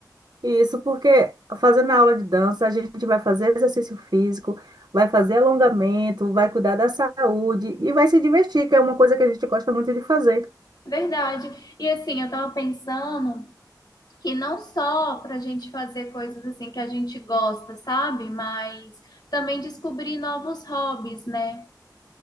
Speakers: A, on the right (about 70°); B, on the left (about 65°).
A: Isso porque fazendo a aula de dança, a gente vai fazer exercício físico, vai fazer alongamento, vai cuidar da saúde e vai se divertir, que é uma coisa que a gente gosta muito de fazer.
B: Verdade. E assim, eu tava pensando que não só para a gente fazer coisas assim que a gente gosta, sabe? Mas também descobrir novos hobbies, né?